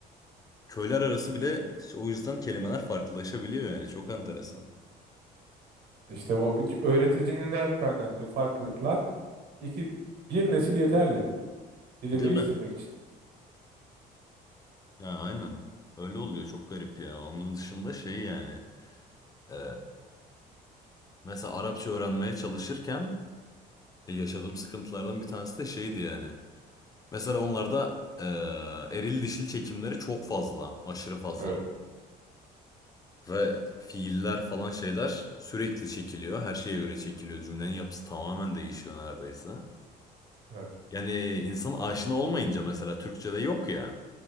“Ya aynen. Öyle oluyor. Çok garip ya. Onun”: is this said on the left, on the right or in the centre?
Left